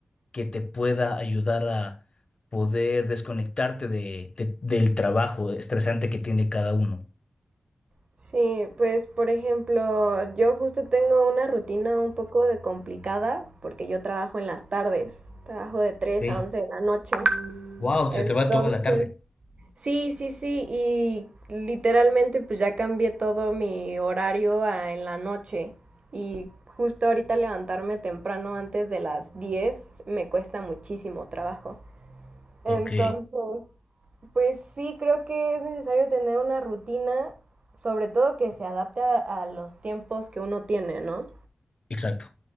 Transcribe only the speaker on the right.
Sí, pues por ejemplo, yo justo tengo una rutina un poco de complicada porque yo trabajo en las tardes, trabajo de 3
a 11 de la noche.
Entonces,
sí, sí, sí, y literalmente pues ya cambié todo mi horario a en la noche y justo ahorita levantarme temprano antes de las 10 me cuesta muchísimo trabajo. Entonces,
pues sí, creo que es necesario tener una rutina, sobre todo que se adapte a, a los tiempos que uno tiene, ¿no?